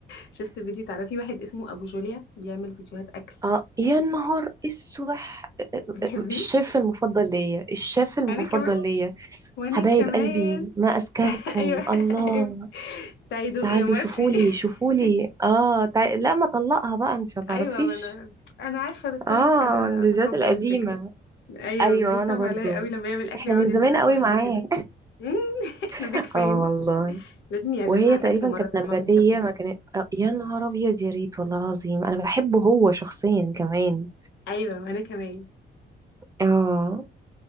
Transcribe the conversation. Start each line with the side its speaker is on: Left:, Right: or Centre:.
Left: شفت فيديو تعرفي واحد اسمه ابو جوليا بيعمل فيديوهات اكل
Right: اه يا نهار اسوح
Left: بتحبيه
Right: الشيف المفضل ليا الشيف المفضل
Left: انا كمان
Right: ليا
Left: وانا
Right: حبايب
Left: كمان
Right: قلبي ما أزكاكم
Left: <laughs> ايوه
Right: الله
Left: ايوه تعالي دوقي
Right: تعالوا
Left: يا مرتي
Right: شوفولي
Left: <laughs>
Right: شوفولي اه تع... لا ما طلقها بقى انت ما تعرفيش
Left: ايوه ما انا انا عارفه بس
Right: اه
Left: انا مش قادره
Right: اللذات
Left: اتقبل
Right: القديمة
Left: الفكره ايوه
Right: ايوه
Left: بيصعب
Right: انا برضو
Left: عليا قوي لما يعمل اكل
Right: احنا
Left: ويقعد
Right: من زمان
Left: ياكلها
Right: قوي
Left: لوحده
Right: معاه
Left: كده <laughs> مم، احنا
Right: <laughs>
Left: بيك فين
Right: اه والله
Left: لازم يعزمنا
Right: وهي
Left: على
Right: تقريبا
Left: الاكل مره
Right: كانت
Left: طالما
Right: نباتية
Left: بنحبه كده
Right: ما كانت آه يا نهار ابيض يا ريت والله العظيم انا بحبه هو شخصيا كمان
Left: ايوه وانا كمان
Right: اه